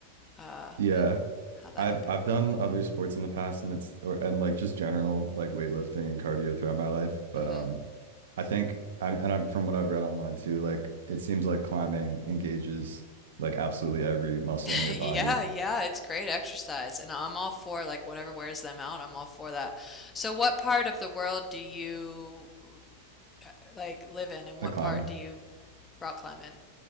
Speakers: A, on the left; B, on the right.
A: uh,
B: yeah,
A: how that
B: I've
A: could be.
B: I've done other sports in the past and it's or and like just general like weightlifting and cardio throughout my life, but
A: hmm
B: um, I think I and I've from what I've read online too, like it seems like climbing engages like absolutely every muscle
A: <laughs>
B: in your
A: Yeah,
B: body.
A: yeah, it's great exercise, and I'm all for like whatever wears them out. I'm all for that. So, what part of the world do you uh, like live in, and what
B: Like climbing.
A: part do you rock climb in?